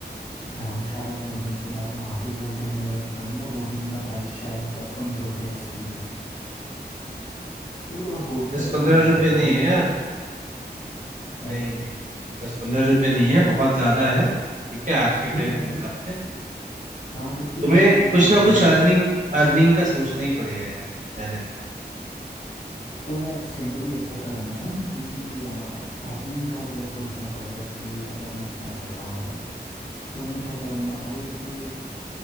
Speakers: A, on the left; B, on the right.
A: धर्मशाला में रुकने के बाद वहाँ पे बोटिंग वगैरह करूंगा बोटिंग का प्राइस शायद दस पंद्रह रुपये ऐसे ही है पूरा बोट का
B: दस
A: चक्कर
B: पंद्रह
A: लगा
B: रुपए
A: के
B: नहीं
A: घूमूंगा
B: है यार
A: हाँ
B: नहीं नहीं नहीं दस पंद्रह रुपए नहीं है बहुत ज्यादा है ठीक है आज
A: तो
B: के टाइम
A: ठीक है
B: के हिसाब
A: फिर
B: से
A: हाँ तो ठीक
B: तुम्हें
A: है फिर मैं
B: कुछ
A: कचौड़ी
B: ना कुछ अर्निंग अर्निंग का सोचना ही पड़ेगा यार पहले
A: तो मैं सिंपली ऐसा करूँगा ना किसी अर्निंग का अगर सोचना पड़ेगा कि अगर मुझे पैसे कमाने हैं तो मैं क्या करूँगा भाई कि